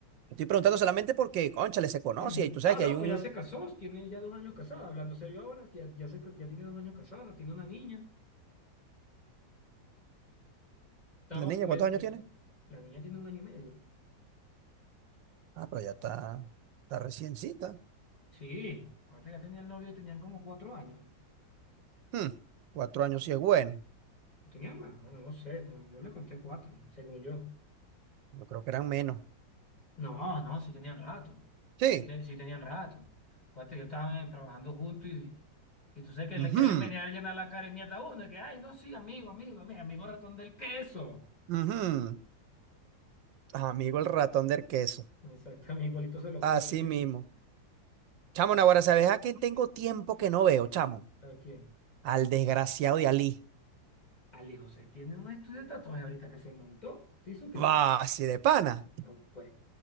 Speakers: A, on the right; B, on the left.
A: Estoy preguntando solamente porque, cónchale, se conoce
B: <clears throat>
A: y tú
B: No,
A: sabes
B: loco,
A: que hay un...
B: ya se casó, tiene ya dos años casada. Hablando serio ahora, ya, ya, se, ca- ya tiene dos años casada, tiene una niña. Estaba,
A: ¿La niña
B: me-
A: cuántos
B: me-
A: años tiene?
B: la niña tiene un año y medio.
A: Ah, pero ya está, está reciencita.
B: Sí, ahorita ya tenían novio y tenían como cuatro años.
A: Hmm, Cuatro años sí es bueno.
B: Tenían más, bueno, no sé, te- yo le conté cuatro, según yo.
A: Yo creo que eran menos.
B: No, no, sí tenían rato.
A: Sí.
B: Sí, te- sí tenían rato. Cuate, yo estaban eh, trabajando juntos y, y tú sabes que le
A: Ujú,
B: quieren venir a llenar la cara y mierda a uno. y que, ay, no, sí, amigo, amigo, amigo, amigo ratón del queso.
A: ujú. Amigo el ratón del queso.
B: Exactamente, igualito se lo
A: Así
B: come.
A: mismo. Chamo, Naguará, ¿sabes a quién tengo tiempo que no veo, chamo?
B: ¿A quién?
A: Al desgraciado de Ali.
B: Al hijo, se tiene un estudio de tatuajes ahorita que se montó. ¿Sí supiste?
A: Va, así de pana.
B: Ah, pues.